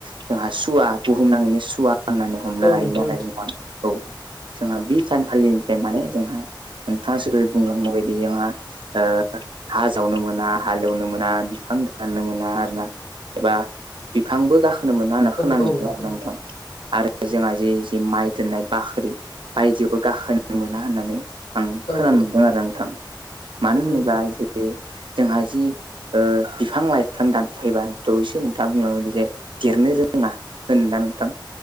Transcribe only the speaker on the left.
औ
नंगौ
औ
औ
नंगौ
औ
औ
नंगौ
नोंथां